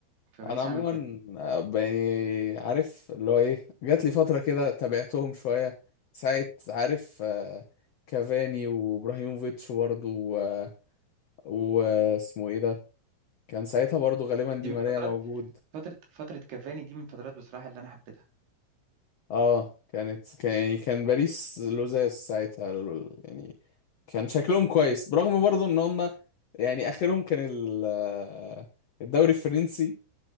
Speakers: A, on the right; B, on the left.
A: فباريس
B: انا عموما
A: عمل كده
B: ب- يعني عارف اللي هو ايه جات لي فتره كده تابعتهم شويه ساعه عارف آه، كافاني وابراهيموفيتش برضه واسمه ايه ده كان ساعتها برضه غالبا دي
A: دي من
B: ماريا
A: فترات
B: موجود
A: فترة فترة كافاني دي من الفترات بصراحة اللي أنا حبيتها
B: اه كانت كان يعني كان باريس لوزاس ساعتها ال- ال- يعني كان شكلهم كويس برغم برضه ان هم يعني اخرهم كان ال- آه، الدوري الفرنسي